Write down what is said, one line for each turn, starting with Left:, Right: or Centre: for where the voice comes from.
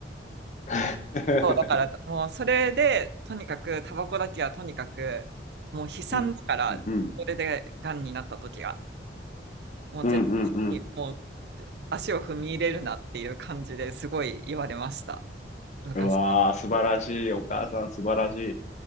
Left: <laughs>
Right: そう、だから、もうそれで、とにかく、タバコだけはとにかく、もう悲惨だから、
Left: うん、うん、うん、
Right: それで癌になった時が、もう絶対に、
Left: うん、うん。うん
Right: もう足を踏み入れるなっていう感じですごい言われました、昔。
Left: わあ、素晴らしい。お母さん素晴らしい。